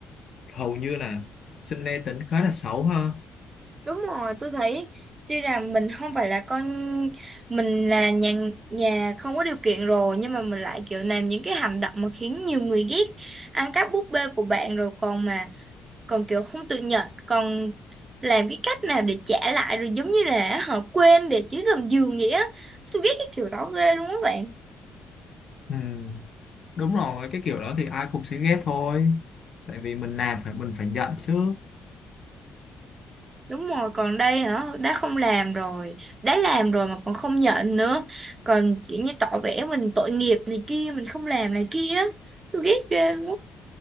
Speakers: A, on the left; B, on the right.
A: hầu như là Sunny tính khá là xấu ha
B: Đúng rồi, tôi thấy tuy rằng mình không phải là con mình là nhà nhà không có điều kiện rồi nhưng mà mình lại kiểu làm những cái hành động mà khiến nhiều người ghét ăn cắp búp bê của bạn rồi còn mà còn kiểu không tự nhận còn làm cái cách nào để trả lại rồi giống như là họ quên để dưới gầm giường vậy á tôi ghét cái kiểu đó ghê luôn á bạn
A: ừ, đúng rồi cái kiểu đó thì ai cũng sẽ ghét thôi tại vì mình làm phải mình phải nhận chứ
B: Đúng rồi, còn đây hả, đã không làm rồi, đã làm rồi mà còn không nhận nữa. Còn kiểu như tỏ vẻ mình tội nghiệp này kia, mình không làm này kia. Tôi ghét ghê lắm.